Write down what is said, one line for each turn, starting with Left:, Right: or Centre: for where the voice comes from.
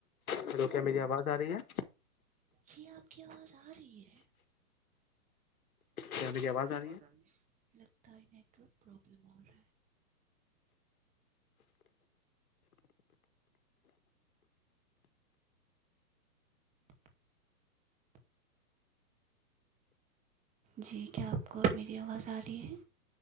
Left: چل کیا میری آواز آ رہی ہے
Right: جی آپ کی آواز آ رہی ہے
Left: کیا میری آواز
Right: جلیاز
Left: آ
Right: رہی ہے لگتا نیٹورک پرابلم ہو رہا ہے جی کیا آپ کو اب میری آواز آ رہی ہے